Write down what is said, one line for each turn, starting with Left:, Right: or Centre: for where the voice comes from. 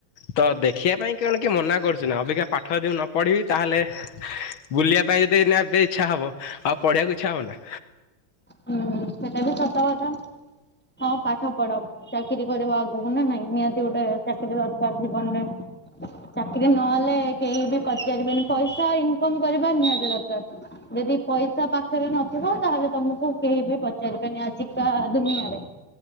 Left: ତ ଦେଖିବା ପାଇଁ କେବଳ କି ମନା କରୁଛି ନା ଅବିକା ପାଠ ଯଦି ନ ପଢିବି ତାହେଲେ ବୁଲିବା ପାଇଁ ଯଦି ଏନା ଏବେ ଇଚ୍ଛା ହବ ଆଉ ପଢିବାକୁ ଇଚ୍ଛା ହବନା।
Centre: ହୁଁ ସେଟା ବି ସତ କଥା ହଁ ପାଠ ପଢ ଚା ଚାକିରି କରିବା ଆଗକୁ ନା ନାଇଁ ନିହାତି ଗୋଟେ ଚାକିରୀ ଦରକାର ଜୀବନରେ। ଚାକିରି ନହେଲେ କେହି ବି ପଚାରିବେନି ପଇସା ଇନକମ କରିବା ନିହାତି ଦରକାର। ଯଦି ପଇସା ପାଖରେ ନଥିବ ତାହେଲେ ତମକୁ କେହି ବି ପଚାରି ବେନି ଆଜିିକା ଦୁନିଆରେ।